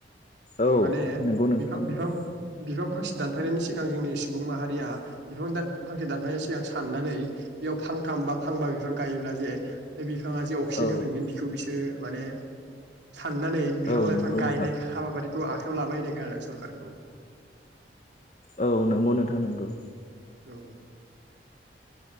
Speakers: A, on the left (about 40°); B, on the right (about 85°).
A: औ
B: माने
A: नंगौ नोंथां
B: बिफां
A: नंगौ
B: बिफां बिफां फांसे दानफायनायनि सिगां जोंनि सुबुं माहारिया बिफां फांसे दानफायनायनि सिगां साननानै बेयाव फांथाम बा फांबा बि बिफां गायोब्ला जे बे बिफाङा जे अक्सिजेन
A: औ
B: होफिनगोन बिखौ बिसोरो माने साननानै बिफां-लाइफां
A: औ नंगौ
B: गायनाय
A: नोंथां
B: हाबाफारि खौ आखायाव लाबाय होननाय खोनादों सरखारखौ।
A: औ नंगौ नोंथां नंगौ।
B: औ ओहोम